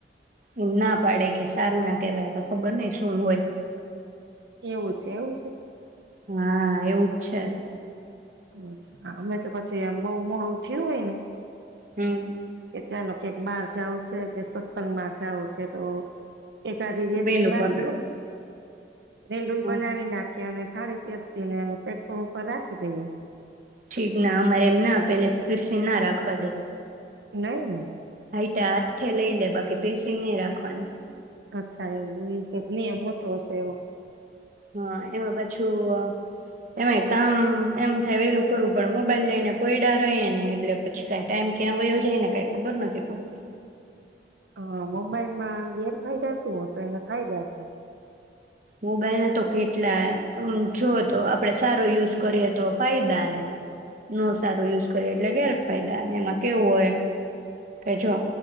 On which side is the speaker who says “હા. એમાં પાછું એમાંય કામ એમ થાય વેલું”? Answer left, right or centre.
Right